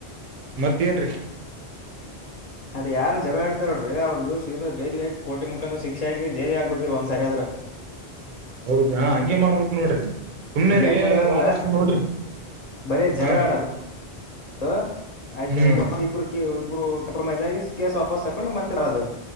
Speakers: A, on the right (about 60°); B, on the left (about 55°).
A: ಮತ್ತೇನ್ರೀ.
B: ಅದ ಯಾರು ಜಗಳಾ ಆಡ್ತಾರ ನೋಡ್ರಿ ಅವ್ರಿಗಿ ಸೀದಾ ಜೈಲಿಗಿ ಹಾಕಿ, ಕೋಟಿಗಿ ಮುಖಾಂತರಾ ಶಿಕ್ಷೆ ಹಾಕಿ, ಜೈಲಿಗಿ ಹಾಕ್ಬೇಕರಿ ಒಂದ್ ಸರಿ ಆದ್ರ.
A: ಹೌದ ಹಾ ಹಂಗೆ ಮಾಡ್ಬೇಕ್ ನೋಡ್ರಿ. ಸುಮ್ನೆ
B: ಇದು
A: ರೀ
B: ಹೆಂಗ ನಡೆದಾದಂದ್ರ
A: ವಾದರ್ಸ ನೋಡ್ರಿ
B: ಬರೆ ಜಗಳ
A: ಹಾ ರೀ
B: ಆಡೋದ ಹ್ಮ ಆಯ್ತು.
A: ಹ್ಮ್
B: ಇ ಇಬ್ರು ಕಾಂಪ್ರಮೈಸಾಗಿ ಆಗಿ ಕೇಸ್ ವಾಪಸ್ ತಕೊಂಡು ಮತ್ತೆ ಇರದು.